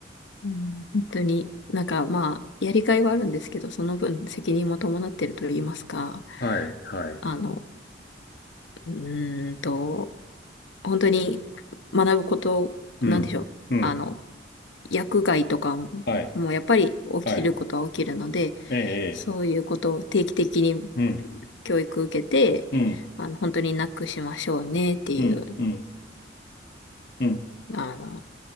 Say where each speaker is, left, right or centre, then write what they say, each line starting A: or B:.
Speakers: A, on the left; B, on the left.
A: うん、本当になんかまあ、やりがいはあるんですけど、その分責任も伴ってると言いますか、
B: はい、はい。
A: あの、うーんと、本当に学ぶこと、
B: うん。
A: なんでしょう、
B: うん。
A: あの、薬害とかも、
B: はい、
A: もうやっぱり起きることは起きるので、
B: はい。ええ、
A: そういうことを定期的に
B: ええ。うん、
A: 教育受けて、
B: うん、
A: あの、本当になくしましょうねっていう、
B: うん、うん、うん、
A: あの、